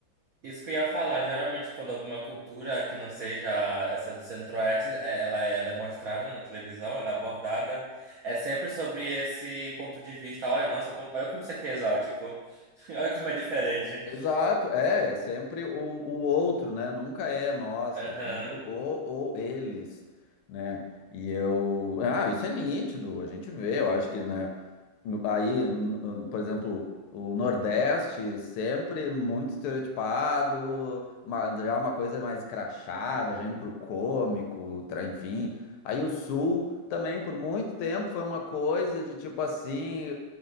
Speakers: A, on the right; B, on the left.
A: isso que eu ia falar. Geralmente, quando alguma cultura que não seja essa do Centro-Oeste, é- ela, é- ela é mostrada na televisão, ela é abordada, é sempre sobre esse ponto de vista. Olha, nossa, como- olha como isso aqui é exótico. <laughs> Olha como é diferente.
B: Exato, é, é sempre o, o outro, né? Nunca é nós,
A: Aham.
B: é sempre o ou eles, né? E eu, ah, isso é nítido, a gente vê, eu acho que, né? no- Aí, n- n- por exemplo, o Nordeste sempre muito estereotipado, mas já uma coisa mais crachada, já indo pro cômico, tra- enfim. Aí o Sul também por muito tempo foi uma coisa de tipo assim,